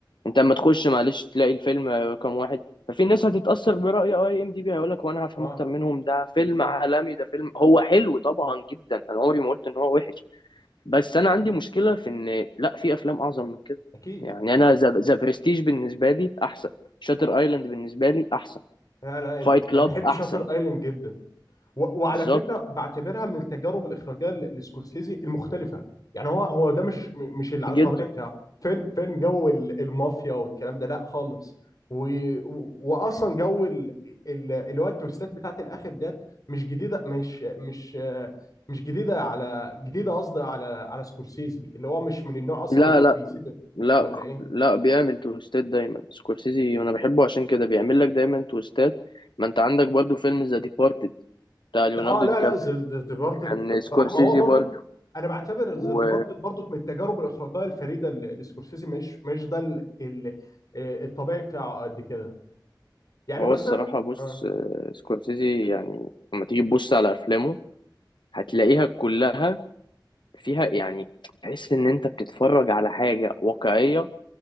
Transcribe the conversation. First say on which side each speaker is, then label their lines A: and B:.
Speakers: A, on the left; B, on the left.
A: انت اما تخش معلش تلاقي الفيلم آه، كام واحد ففي ناس هتتأثر برأي اي ام دي بي هيقول لك وانا هفهم
B: اه
A: اكتر منهم ده فيلم
B: بالظبط
A: عالمي ده فيلم هو حلو طبعا جدا انا عمري ما قلت ان هو وحش بس انا عندي مشكلة في ان لا في افلام اعظم من كده
B: اكيد
A: يعني انا ذا برستيج بالنسبة لي احسن شاتر ايلاند بالنسبة لي احسن
B: لا لا انت
A: فايت
B: ده
A: كلاب
B: بحب
A: احسن
B: شاطر ايلاند جدا و- وعلى
A: بالظبط
B: فكره بعتبرها من التجارب الاخراجيه ل- لسكورسيزي المختلفه يعني هو هو ده مش مش الع-
A: جدا
B: الطبيعي بتاعه فين فين جو ال- المافيا والكلام ده لا خالص و... و- واصلا جو ال... ال... اللي هو التويستات بتاعت الاخر ديت مش جديده مش مش مش جديده على جديده قصدي على على سكورسيزي اللي هو مش من النوع اصلا
A: لا
B: اللي هو
A: لا
B: بيسيب
A: لا
B: ولا ايه؟
A: لا بيعمل تويستات دايما سكورسيزي انا بحبه عشان كده بيعمل لك دايما تويستات ما انت عندك برضو فيلم ذا ديبارتد بتاع ليوناردو
B: اه لا
A: دي كابريو
B: لا ذا ديبارتد
A: كان
B: بصراحه
A: سكورسيزي
B: ما هو برضك
A: برضو
B: انا بعتبر ذا
A: وهو
B: ديبارتد برضك من التجارب الاخراجيه الفريده اللي اللي سكورسيزي مش مش ده ال- ال- آه، الطبيعي بتاعه قد كده يعني
A: <clears throat>
B: مثلا
A: الصراحة بص
B: اه
A: آه، سكورسيزي يعني لما تيجي تبص على أفلامه هتلاقيها كلها فيها يعني تحس إن أنت بتتفرج على حاجة واقعية